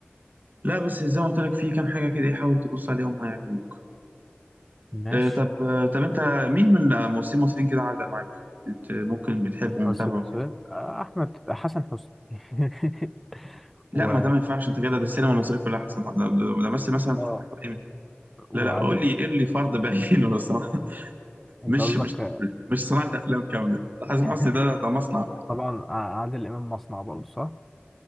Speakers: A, on the right; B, in the centre.
A: لا بس زي ما قلت لك فيه كام حاجة كده إيه، حاول تبص عليهم هيعجبوك
B: ماشي
A: آه طب آه طب انت مين من الممثلين المصريين كده علق معاك بت ممكن بتحبه ومتابعه
B: أرسل مسؤول
A: كده
B: احمد حسن حسني <laughs>
A: لا
B: و
A: ما ده ما ينفعش انت كده ده السينما المصرية كلها حسن ده, ده, ده بس مثلا في
B: اه
A: حوالي
B: وعادل
A: لا لا قول
B: امام
A: لي قول لي فرد بعينه بس <laughs>
B: انت
A: مش
B: قصدك
A: مش مش صناعة أفلام كاملة حسن
B: <laughs>
A: حسني ده ده مصنع أفلام
B: طبعا ع- عادل امام مصنع برضه صح